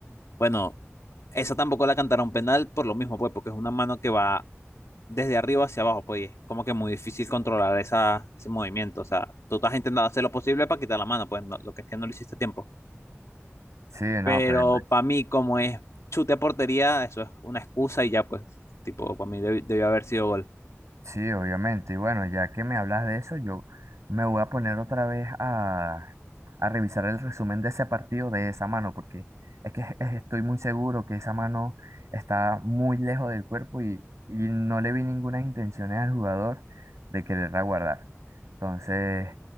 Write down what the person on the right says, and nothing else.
Sí, no,
pero
Sí, obviamente. Y bueno, ya que me hablas de eso, yo me voy a poner otra vez a, a revisar el resumen de ese partido de esa mano, porque es que es- estoy muy seguro que esa mano está muy lejos del cuerpo y, y no le vi ninguna intención al jugador de quererla guardar. Entonces,